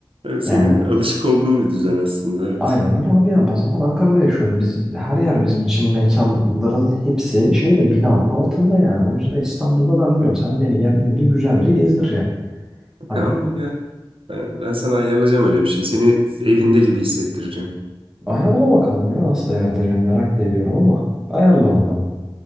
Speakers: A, on the right; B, in the centre.
A: Evet, Senin
B: Yani
A: alışık olduğun bir düzen aslında evet.
B: Aynen öyle abi ya. Ben zaten Ankara'da yaşıyorum. Biz her yer bizim için mekanların hepsi şeyde binanın altında yani. O yüzden İstanbul'da ben diyorum sen beni geldiğimde güzelce gezdireceksin. Hani
A: Tamam gel. Ben, ben sana ayarlayacağım öyle bir şey. Seni evinde gibi hissettireceğim.
B: ayarla bakalım ya nasıl ayarlayacağım merak da ediyorum ama ayarla bakalım.